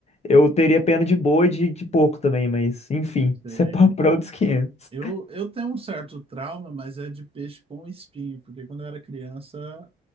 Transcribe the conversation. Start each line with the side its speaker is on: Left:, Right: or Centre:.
Left: eu teria pena de boi e de, de porco também, mas enfim, <laughs>
Right: Sei.
Left: isso é papo pra outros 500.
Right: Eu, eu tenho um certo trauma, mas é de peixe com espinho, porque quando eu era criança